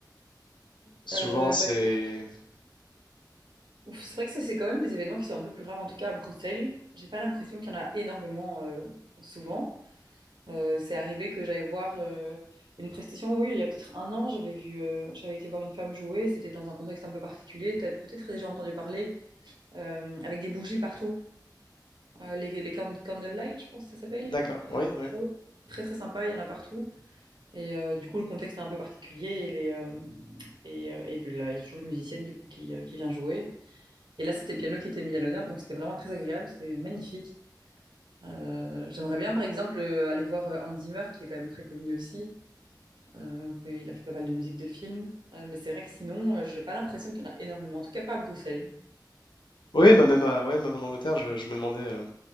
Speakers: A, on the left; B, on the right.
A: souvent
B: Euh,
A: c'est...
B: bah, écoute, c'est vrai que ça, c'est quand même des événements qui sont un peu plus rares, en tout cas à Bruxelles. J'ai pas l'impression qu'il y en a énormément euh, souvent. Euh, c'est arrivé que j'aille voir euh, une prestation, oui, il y a peut-être un an, j'avais vu, euh, j'avais été voir une femme jouer, c'était dans un contexte un peu particulier, tu as peut-être déjà entendu parler, euh, avec des bougies partout, Euh, les, les candle candlelight, je pense que ça s'appelle,
A: D'accord,
B: euh,
A: oui, oui.
B: show. Très très sympa, il y en a partout. Et euh, du coup, le contexte est un peu particulier et, les, euh, et, euh, et là, il y a toujours une musicienne du coup qui, euh, qui vient jouer. Et là, c'était le piano qui était mis à l'honneur, donc c'était vraiment très agréable, c'était magnifique. Euh, j'aimerais bien, par exemple, euh, aller voir euh, Hans Zimmer, qui est quand même très connu aussi. Euh, donc, euh, il a fait pas mal de musique de film. Euh, mais c'est vrai que sinon, euh, j'ai pas l'impression qu'il y en a énormément. En tout cas, pas à Bruxelles.
A: Oui, mais même, euh, ouais, même en Angleterre, je, je me demandais... euh,